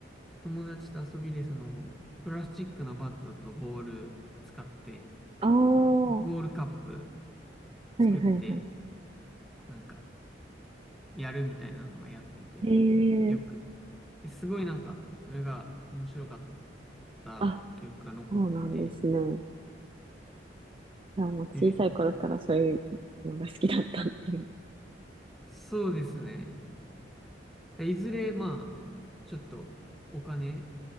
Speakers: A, in the centre; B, on the right.
A: 友達と遊びで、その、プラスチックのバットとボール使って、
B: ああ、は
A: その、ゴールカップ
B: い、
A: 作って、
B: はい、は
A: なんか、やるみたいなのはやってて、
B: い。
A: よく。
B: ええ
A: ですごいなんか、それが面白かった記憶が残ってて、
B: あ、そうなんですね。いや、もう小さい頃からそういうのが好きだったっていう。
A: で、そうですね。いずれ、まあ、ちょっとお金